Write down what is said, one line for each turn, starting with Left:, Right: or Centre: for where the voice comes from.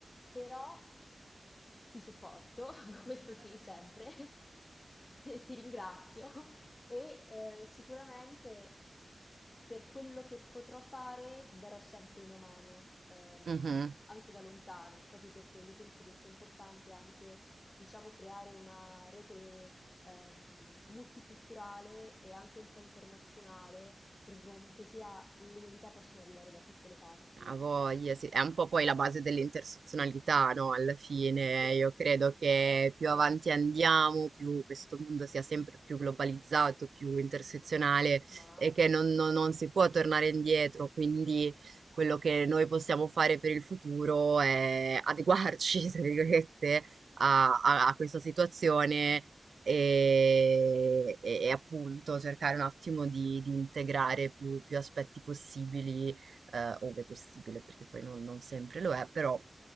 Left: Però ti supporto, <laughs> questo sì, sempre, <laughs> e ti ringrazio e eh, sicuramente per quello che potrò fare darò sempre una mano, ehm,
Right: mh-mh.
Left: anche da lontano, proprio perché io penso che sia importante anche, diciamo, creare una rete ehm, multiculturale e anche un po' internazionale, perché comunque sia le novità possono arrivare da tutte le parti.
Right: A voglia, sì. È un po' poi la base dell'intersezionalità, no? Alla fine,
Left: Sì,
Right: io credo che più
Left: sì,
Right: avanti andiamo, più questo mondo sia sempre più globalizzato, più intersezionale
Left: mamma
Right: e che non,
Left: mia,
Right: non- non
Left: sì,
Right: si può tornare indietro. Quindi quello che noi possiamo fare per il futuro è adeguarci, <laughs> tra virgolette, a, a- a questa situazione e, e- e appunto cercare un attimo di, di integrare più più aspetti possibili eh, ove possibile, perché poi non, non sempre lo è, però